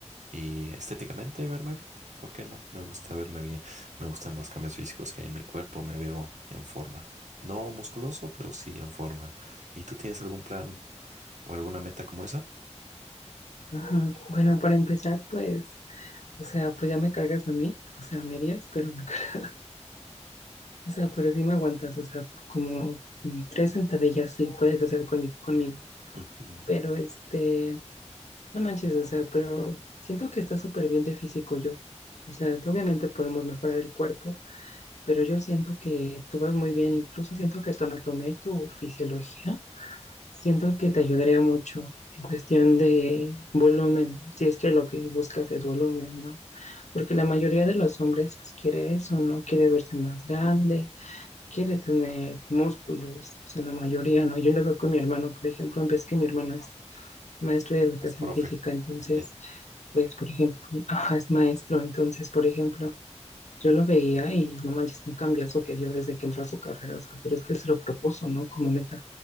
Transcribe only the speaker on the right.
y estéticamente verme bien. ¿Por qué no? Me gusta verme bien. Me gustan los cambios físicos que hay en mi cuerpo. Me veo en forma. No musculoso, pero sí en forma. ¿Y tú tienes algún plan o alguna meta como esa?
Ujú.
Es profe.
<laughs>